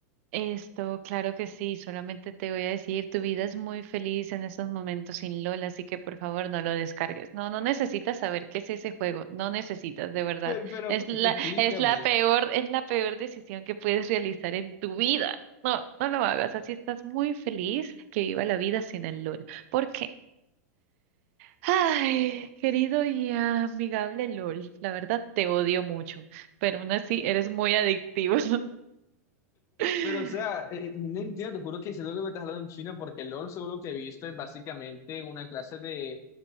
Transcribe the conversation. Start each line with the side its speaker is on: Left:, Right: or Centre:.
Right: Esto, claro que sí. Solamente te voy a decir, tu vida es muy feliz en estos momentos sin Lola, así que por favor no lo descargues. No, no necesitas saber qué es ese juego. No necesitas, de verdad.
Left: Pero, pero
Right: Es la,
Left: explícame.
Right: es la peor, es la peor decisión que puedes realizar en tu vida. No, no lo hagas. Así estás muy feliz que viva la vida sin el LOL. ¿Por qué? Ay, querido y amigable LOL, la verdad te odio mucho, pero aún así eres muy adictivo. <laughs>
Left: Pero, o sea, eh, no entiendo, te juro que siento que me estás hablando en chino porque LOL, según lo que he visto, es básicamente una clase de,